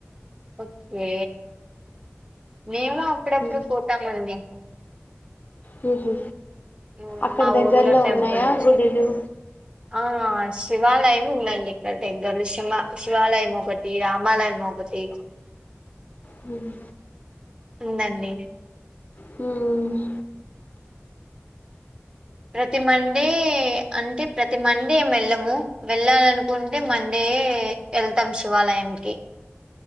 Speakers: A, on the right (about 20°); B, on the left (about 40°).
A: ఓకే మేము అప్పుడప్పుడు
B: ఉమ్,
A: పోతామండి
B: మ్ హు
A: ఉమ్,
B: అక్కడ
A: మా
B: దగ్గర్లో
A: ఊర్లో టెంపుల్
B: ఉన్నాయా గుడులు
A: ఆ శివాలయం ఉందండి ఇక్కడ్ దగ్గర్లో శివా శివాలయం మొకటి రామాలయం మొకటి
B: హ్మ్
A: ఉందండి
B: హు మ్
A: ప్రతి మండే అంటే ప్రతి మండె ఎం వెళ్ళము వెళ్ళాలనుకుంటే మండె డే ఎళ్తాం శివాలయనికి